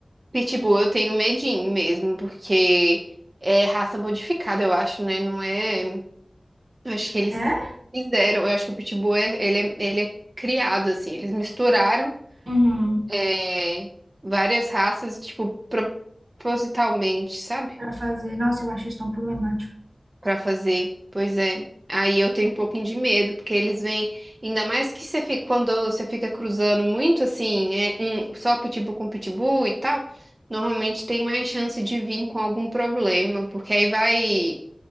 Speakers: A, on the right; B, on the right.
A: pitbull eu tenho medinho mesmo, porque é raça modificada, eu acho, né? Não é. Acho que eles
B: É?
A: fizeram. Eu acho que o pitbull é, ele é, ele é criado assim, eles misturaram
B: Uhum.
A: é, várias raças, tipo, propositalmente, sabe?
B: Pra fazer. Nossa, eu acho isso tão problemático.
A: Pra fazer. Pois é. Aí eu tenho um pouquinho de medo, porque eles vêm, ainda mais que você fica, quando você fica cruzando muito assim, é um só pitbull com pitbull e tal, normalmente tem mais chance de vir com algum problema, porque aí vai